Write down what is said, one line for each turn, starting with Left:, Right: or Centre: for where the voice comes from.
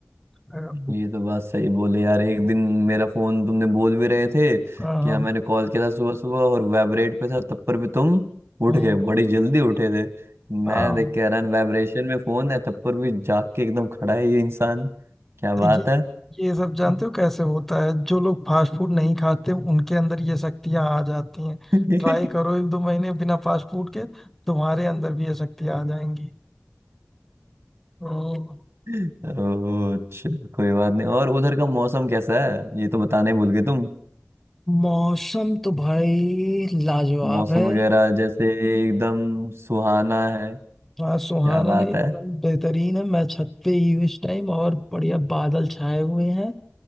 Centre: हाँ
Right: ये तो बात सही बोले यार एक दिन मेरा फोन तुमने बोल भी रहे थे कि
Centre: हाँ
Right: हाँ मैंने कॉल किया था सुबह सुबह और वाइब्रेट पे था तब पर भी तुम उठ
Centre: हाँ
Right: गए बड़ी जल्दी उठे थे
Centre: हाँ,
Right: मैं देख के हैरान वाइब्रेशन में फोन है तब पर भी जाग के एकदम खड़ा है ये इंसान क्या बात
Centre: ये
Right: है
Centre: ये सब जानते
Right: <laughs>
Centre: हो कैसे होता है जो लोग फास्ट फूड नहीं खाते उनके अंदर ये शक्तियाँ आ जाती हैं
Right: हाँ।
Centre: ट्राई करो एक दो महीने बिना फास्ट फूड के तुम्हारे अंदर भी ये शक्तियाँ आ जाएंगी हम्म,
Right: ओ, चलो कोई बात नहीं और उधर का मौसम कैसा है ये तो बताना ही भूल गए तुम
Centre: मौसम तो भाई लाजवाब
Right: मौसम
Centre: है
Right: वगैरह जैसे एकदम सुहाना है
Centre: हाँ सुहाना
Right: क्या बात
Centre: नहीं एकदम
Right: है
Centre: बेहतरीन है मैं छत पे ही हूँ इस टाइम और बढ़िया बादल छाए हुए हैं